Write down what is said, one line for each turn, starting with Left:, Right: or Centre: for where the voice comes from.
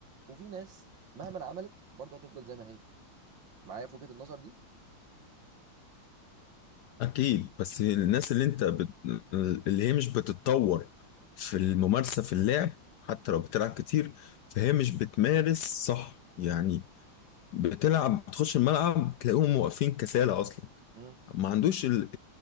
Right: وفي ناس مهما عملت برضه هتفضل زي ما هي معايا في وجهه النظر دي
Left: أكيد بس الناس اللي أنت بت... اللي هي مش بتتطور في الممارسة في اللعب حتى لو بتلعب كتير فهي مش بتمارس صح يعني بتلعب بتخش الملعب تلاقيهم واقفين كسالة أصلا
Right: امم
Left: ما عندوش ال...